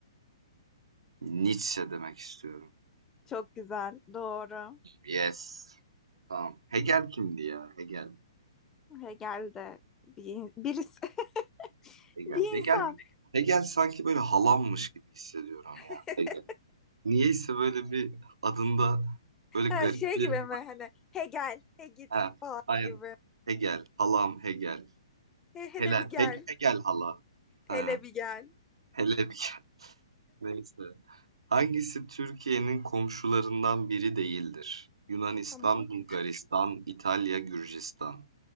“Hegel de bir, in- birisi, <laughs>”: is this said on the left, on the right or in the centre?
Left